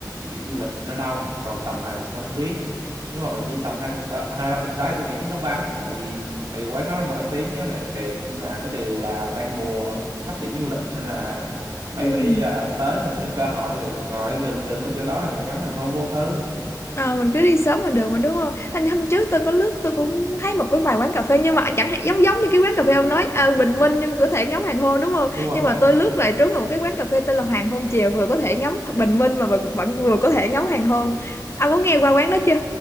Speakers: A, on the right; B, on the left.
A: dịp du lịch thì nó đông còn tầm này thì tôi không biết nếu mà bạn đi tầm hai tuần tới hai ba tuần tới thì tôi nghĩ chắc nó vắng tại vì tại vì quán nó nổi tiếng nó đẹp thiệt nhưng mà có điều là đang mùa thấp điểm du lịch nên là maybe
B: ừ.
A: là tới mình sẽ có cơ hội được ngồi gần gần mấy chỗ đó thì mình ngắm hoàng hôn vô tư
B: Ờ, mình cứ đi sớm là được mà đúng không? Anh hôm trước tôi có lướt tôi cũng thấy một cái vài quán cà phê nhưng mà chẳng hạn giống giống như cái quán cà phê ông nói à, bình minh nhưng có thể ngắm hoàng hôn đúng không?
A: đúng
B: Nhưng
A: rồi
B: mà tôi lướt lại trúng vào một cái quán cà phê tên là Hoàng Hôn Chiều vừa có thể ngắm bình minh mà vẫn, vẫn vừa có thể ngắm hoàng hôn. Ông có nghe qua quán đó chưa?